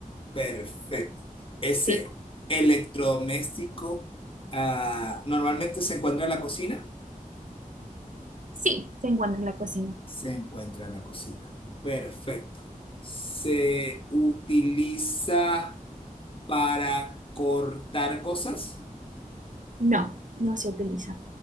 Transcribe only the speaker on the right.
Sí,
sí, se encuentra en la cocina.
No, no se utiliza.